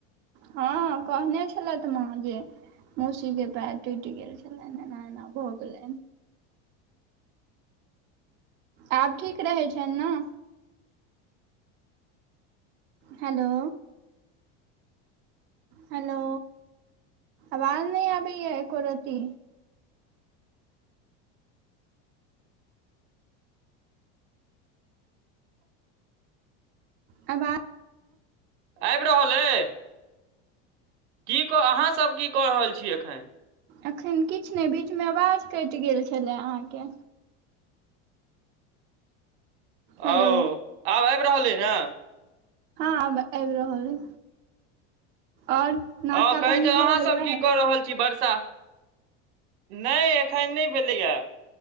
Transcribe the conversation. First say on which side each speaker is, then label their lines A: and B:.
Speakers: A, on the right; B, on the right.
A: हां कहनाय छलैथ माँ जे मौसी के पैर टुट गेल छलैन, एना-एना भऽ गेलैन। आब ठीक रहै छैन नऽ। हेलो। हेलो अवाज नै आबैया एको रति। अवा
B: आएब रहल अय की क अहाँ सब की कऽ रहल छी एखैन।
A: अखैन किछ नै बीचमे अवाज कैएट गेल छलाए अहाँके।
B: औ
A: हेलो
B: आब आएब रहले नऽ।
A: हां आब आएब रहल अय और नाश्ता
B: हां कहै
A: पानी
B: छै अहाँसब
A: भऽ गेलै
B: की कऽ रहल छी बरसा नै एखैन नै भेलैया।